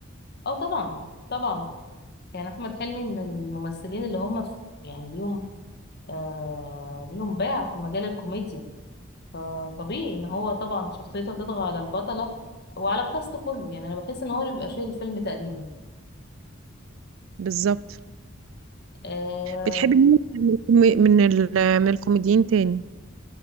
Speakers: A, on the left; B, on the right.
A: اه طبعا طبعا يعني احمد حلمي من الممثلين اللي هم في يعني ليهم آه ليهم باع في مجال الكوميديا فطبيعي ان هو طبعا شخصيته هتطغى على البطله وعلى الكاست كله يعني انا بحس ان هو اللي بيبقى شايل الفيلم تقريبا
B: بالظبط
A: آه
B: بتحبي مين من الكومي- من ال- من الكوميديين تاني